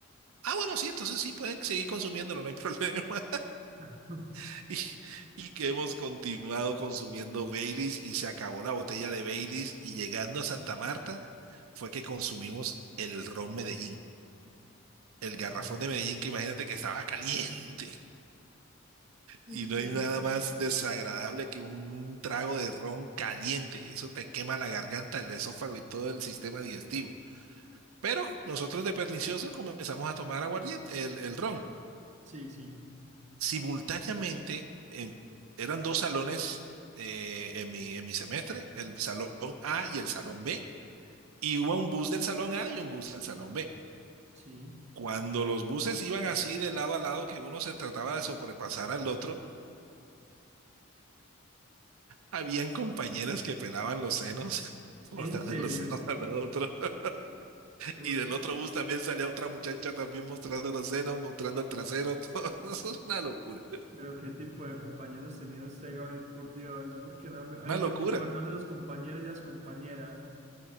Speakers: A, on the right; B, on the right.
A: Ah, bueno, sí, entonces sí pueden seguir consumiéndolo, no hay <laughs> problema.
B: <laughs>
A: <laughs> Y, y que hemos continuado consumiendo Baileys y se acabó la botella de Baileys y llegando a Santa Marta fue que consumimos el ron Medellín, el garrafón
B: Ajá.
A: de Medellín que imagínate que estaba caliente y
B: Sí, sí,
A: no hay nada más desagradable que un trago de ron caliente, eso te quema la garganta, el esófago y todo el sistema digestivo. Pero nosotros de perniciosos comenzamos a tomar aguardiente, el, el ron.
B: sí, sí,
A: simultáneamente en- eran dos salones eh, en mi, en mi semestre, el salón A y el salón B. iba un bus del salón A y un bus del salón B.
B: sí.
A: Cuando los buses iban así de lado a lado, que uno se trataba de sobrepasar al otro, habían compañeras que pelaban los senos, <laughs> mostrando
B: En serio.
A: los senos al otro. <laughs>
B: Uy.
A: Y del otro bus también salía otra muchacha también mostrando los senos, mostrando el trasero, <laughs> todo. Eso es una locura,
B: Pero qué tipo de compañeros tenía usted, Gabriel, por Dios. Yo porque no me, a
A: una
B: mí
A: locura.
B: porque me marcaron esos compañeros y las compañeras.